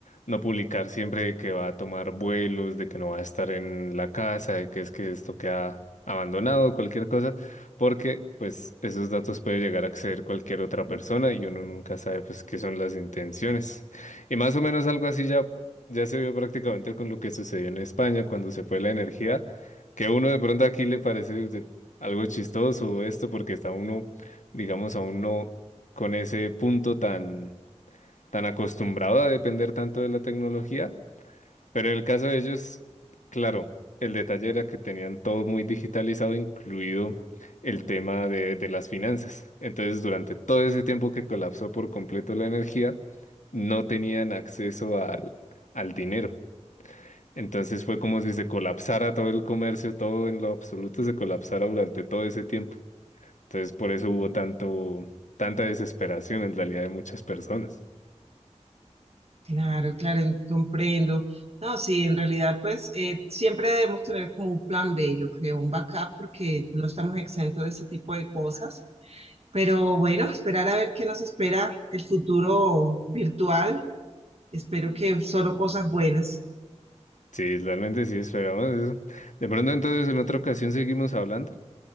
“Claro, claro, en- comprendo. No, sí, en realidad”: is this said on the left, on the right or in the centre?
Right